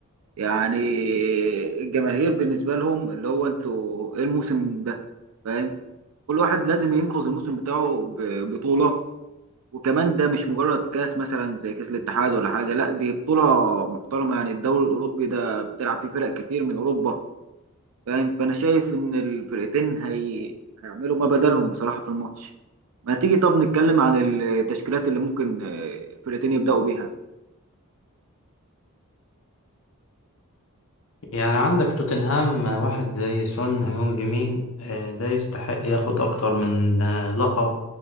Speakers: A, on the right; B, on the left.
A: يعني الجماهير بالنسبة لهم اللي هو انتوا ايه الموسم ده فاهم كل واحد لازم ينقذ الموسم بتاعه ببطولة وكمان ده مش مجرد كاس مثلا زي كاس الاتحاد ولا حاجه لا دي بطوله محترمه يعني الدوري الاوروبي ده بتلعب فيه فرق كتير من اوروبا فاهم فانا شايف ان الفرقتين هي... هيعملوا ما بدلهم بصراحه في الماتش ما تيجي طب نتكلم عن التشكيلات اللي ممكن آه، الفرقتين يبداوا بيها
B: يعني عندك توتنهام واحد زي سون هيونج مين آه، ده يستحق ياخد أكتر من آه، لقب